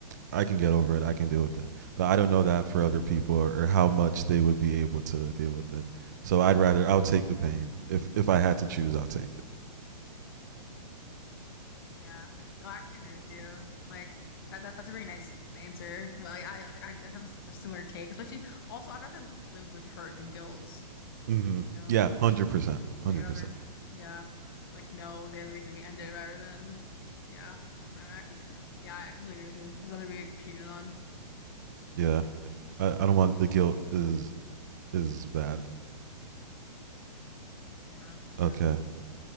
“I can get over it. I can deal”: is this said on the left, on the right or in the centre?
Right